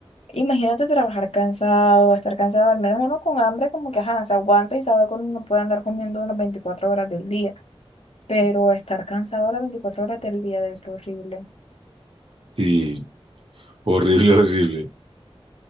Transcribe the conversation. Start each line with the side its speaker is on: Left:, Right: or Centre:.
Left: imagínate trabajar cansado, estar cansado, al menos uno con hambre como que, ajá, se aguanta y sabe que uno no puede andar comiendo las 24 horas del día, pero estar cansado las 24 horas del día debe ser horrible.
Right: Sí, horrible, <laughs> horrible.